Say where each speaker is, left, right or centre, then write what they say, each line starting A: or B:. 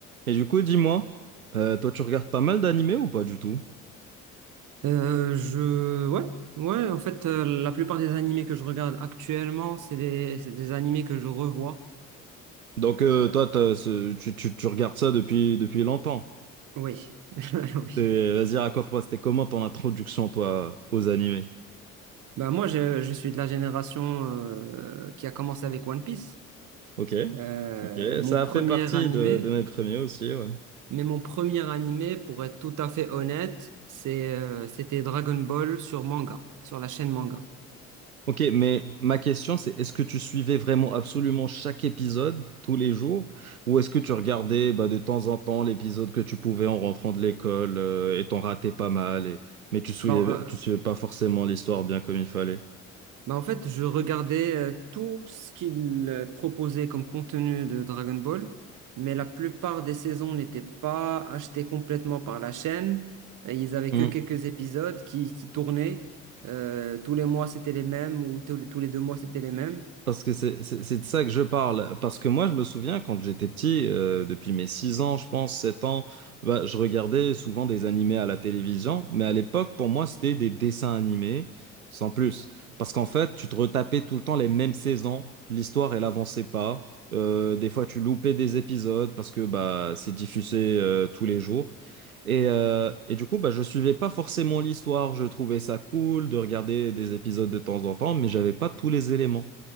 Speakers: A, on the right; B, on the right.
A: Et du coup, dis-moi, euh, toi, tu regardes pas mal d'animés ou pas du tout?
B: Euh, je ouais ouais en fait euh, la plupart des animés que je regarde actuellement c'est des c'est des animés que je revois
A: Donc,
B: Euh,
A: euh, toi, t'as ce- tu, tu, tu regardes ça depuis, depuis longtemps.
B: oui <laughs> oui
A: C'est- Vas-y, raconte-moi, c'était comment ton introduction, toi, aux animés?
B: bah moi je, je suis de la génération euh, qui a commencé avec One Piece
A: Ok,
B: Euh,
A: ok,
B: mon
A: ça
B: premier
A: a fait partie
B: animé
A: de, de mes premiers aussi, ouais.
B: mais mon premier animé pour être tout à fait honnête c'est euh, c'était Dragon Ball sur manga sur la chaîne manga
A: Ok, mais ma question, c'est est-ce que tu suivais vraiment absolument chaque épisode tous les jours? Ou est-ce que tu regardais bah, de temps en temps l'épisode que tu pouvais en rentrant de l'école euh, et t'en ratais pas mal, et... mais tu suivais,
B: bon euh,
A: tu suivais pas forcément l'histoire bien comme il fallait?
B: Bah en fait, je regardais euh, tout ce qu'il euh, proposait comme contenu de Dragon Ball, mais la plupart des saisons n'étaient pas achetées complètement par la chaîne. Et ils avaient
A: Hmm.
B: que quelques épisodes qui, qui tournaient. Euh, tous les mois, c'était les mêmes, ou tous les, tous les deux mois, c'était les mêmes.
A: Parce que c'est c'est- c'est de ça que je parle. Parce que moi, je me souviens quand j'étais petit, euh, depuis mes 6 ans, je pense, 7 ans, bah, je regardais souvent des animés à la télévision. Mais à l'époque, pour moi, c'était des dessins animés, sans plus. Parce qu'en fait, tu te retapais tout le temps les mêmes saisons. L'histoire, elle avançait pas. Euh, des fois, tu loupais des épisodes parce que bah, c'est diffusé euh, tous les jours. Et, euh, et du coup, bah, je suivais pas forcément l'histoire. Je trouvais ça cool de regarder des épisodes de temps en temps, mais j'avais pas tous les éléments.